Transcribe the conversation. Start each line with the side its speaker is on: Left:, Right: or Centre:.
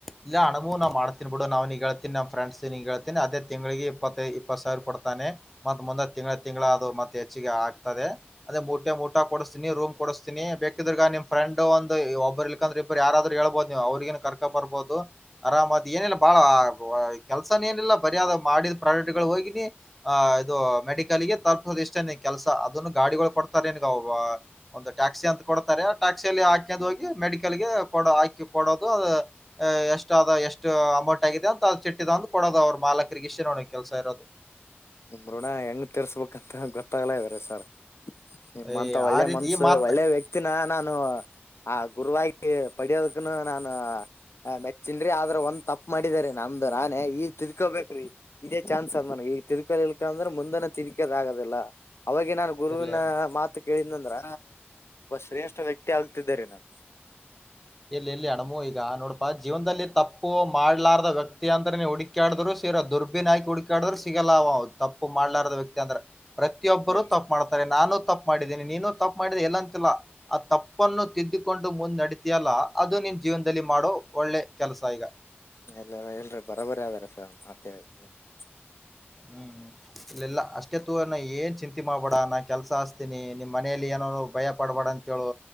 Centre: ಇಲ್ಲ ಅಣಗು ನಮ್ ಮಾಡ್ತೀನ್ ಬಿಡು ನಾವ್ ನೀಗ್ ಹೇಳ್ತೀನ್ ನಮ್ ಫ್ರೆಂಡ್ಸ್ ನೀಗ ಹೇಳ್ತಿನಿ ಅದೇ ತಿಂಗ್ಳಿಗೆ ಇಪ್ಪತ್ತೈ ಇಪ್ಪತ್ ಸಾವಿರ ಕೊಡ್ತಾನೆ ಮತ್ ಮತ್ ತ ತಿಂಗ್ಳ ತಿಂಗ್ಳ ಅದು ಮತ್ತೆ ಹೆಚ್ಚಿಗೆ ಆಗ್ತದೆ ಅದೆ ಡ್ಯೂಟ್ಟಾಗ್ ಊಟ ಕೊಡುಸ್ತೀನಿ ರೂಮ್ ಕೊಡುಸ್ತೀನಿ ಬೇಕಿದ್ರೆ ಈಗ ನಿಮ್ ಫ್ರೆಂಡ್ ಒಂದು ಒಬ್ರು ಇಲ್ಕಂದ್ರಿಬ್ರು ಯಾರಾದ್ರು ಹೇಳ್ಬೌದ್ ನೀವ್ ಅವ್ರ್ ಗೇನೆ ಕರ್ಕ ಬರ್ಬೌದು ಆರಾಮದು ಏನಿಲ್ಲ ಬಾಳ ಕೆಲ್ಸಾನು ಏನಿಲ್ಲ ಬರೆ ಅದು ಮಾಡಿ ಇದ್ ಪ್ರೈವೇಟ್ಗಳುಗೋಗಿನೆ ಅ ಇದು ಮೆಡಿಕಲ್ ಗೆ ತಪ ಇಷ್ಟೇನೆ ಕೆಲಸ ಅದುನು ಗಾಡಿಗುಳ್ ಕೊಡ್ತಾರೆ ಏನ್ ಅವ್ವ ಒಂದು ಟ್ಯಾಕ್ಸಿ ಅಂತ ಕೊಡ್ತಾರೆ ಟ್ಯಾಕ್ಸಿಯಲ್ಲಿ ಹಾಕ್ಯೊಂಡ್ ಹೋಗಿ ಮೆಡಿಕಲ್ ಗೆ ಕೊಡೊ ಹಾಕಿ ಕೊಡೋದು ಅದು ಎಷ್ಟದ ಎಷ್ಟು ಅಮೌಂಟ್ ಆಗಿದ್ಯಾ ಅಂತ ಆ ಚಿಟ್ಟಿ ತಂದ್ ಕೊಡೋದು ಅವ್ರು ಮಾಲಕರಿಗೆ <unintelligible> ಕೊಡ ಕೆಲ್ಸ ಇರೋದು.
Left: ನಿಮ್ ಋಣ ಹೆಂಗ್ ತೀರಿಸ್ಬೇಕಂತ ಗೊತ್ತಾಗ್ಲೆ ಇದರೆ ಸರ್ ನಿಮ್ಮಂತ
Centre: ಏ
Left: ಒಳ್ಳೆ
Centre: ಆ ರೀತಿ
Left: ಮನ್ಸು
Centre: ಈ ಮಾತ
Left: ಒಳ್ಳೆ ವ್ಯಕ್ತಿನ ನಾನು ಆ ಗುರುವಾಗಿ ಪಡ್ಯೋದುಕ್ಕೂನು ನಾನು ಹ ಮೆಚ್ಚಿನ್ರೀ ಆದ್ರ ಒಂದ್ ತಪ್ ಮಾಡಿದೆ ರೀ ನಮ್ದು ನಾನೇ ಈಗ ತಿದ್ಕೋಬೇಕ್ರಿ ಇದೇ ಚಾನ್ಸ್ ಅದ್ ನನಗೆ ಈ ತಿರ್ಕೋ ಇಳ್ಕ ಅಂದ್ರೆ ಮುಂದನ <unintelligible> ಅವಾಗ ನಾನು ಗುರುವಿನ
Centre: ಇರ್ಲಿ ಇರ್ಲಿ.
Left: ಮಾತು ಕೇಳಿದ್ನ ಅಂದ್ರ ಶ್ರೇಷ್ಠ ವ್ಯಕ್ತಿ ಆಗ್ತಿದ್ದೇರಿ ನಾನು
Centre: ಇಲ್ ಇಲ್ಲಿ ಅಣಮು ಈಗ ನೋಡ್ಪಾ ಜೀವನ್ದಲ್ಲಿ ತಪ್ಪು ಮಾಡ್ಲಾರ್ದ ವ್ಯಕ್ತಿ ಅಂದ್ರೆ ನೀ ಹುಡುಕ್ಯಾಡಿದ್ರು ತಿರ ದುರ್ಬಿನಾಯ್ಕ್ ಹುಡುಕಾಡಿದ್ರು ಸಿಗಲ್ಲ ಅವ ತಪ್ಪು ಮಾಡ್ಲಾರದ ವ್ಯಕ್ತಿ ಅಂದ್ರೆ ಪ್ರತಿಯೊಬ್ಬರು
Left: ಇಲ್ಲ
Centre: ತಪ್ ಮಾಡ್ತಾರೆ ನಾನು ತಪ್ ಮಾಡಿದ್ದೀನಿ. ನೀನು ತಪ್ ಮಾಡಿದಿ ಎಲ್ಲಂತಿಲ್ಲ ಆ ತಪ್ಪನ್ನು ತಿದ್ದಿಕೊಂಡು ಮುಂದ್ ನಡಿ ಇದ್ಯಲ್ಲ ಅದು ನಿನ್ ಜೀವನದಲ್ಲಿ ಮಾಡೋ ಒಳ್ಳೆ ಕೆಲಸ ಈಗ.
Left: ಎಲ್ಲ ಹೇಳ್ರಿ ಬರೋಬರಿ ಅದಾರ ಸರ್ ಮತ್ತೆ <unintelligible>
Centre: ಹ್ಮ್ ಇಲ್ಲಿಲ್ಲ ಅಷ್ಟೇ ತೂ ಅನ್ನ ಏನ್ ಚಿಂತ್ ರೀತಿ ಮಾಡ್ಬೇಡ ನಾನ್ ಕೆಲಸ ಹಚ್ತೀನಿ ನಿಮ್ ಮನೇಲಿ ಏನಾರು ಭಯ ಪಡ್ಬೇಡ ಅಂತ್ ಹೇಳು